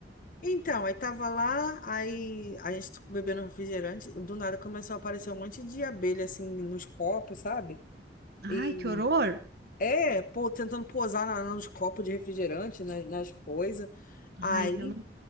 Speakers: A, on the left; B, on the right.
A: Então, aí tava lá, aí a gente bebendo refrigerante, do nada começou a aparecer um monte de abelha, assim, nos copos, sabe? E
B: Ai, que horror.
A: é, pô, tentando pousar na- nos copos de refrigerante, nas, nas coisas. Aí,
B: Ai, eu não.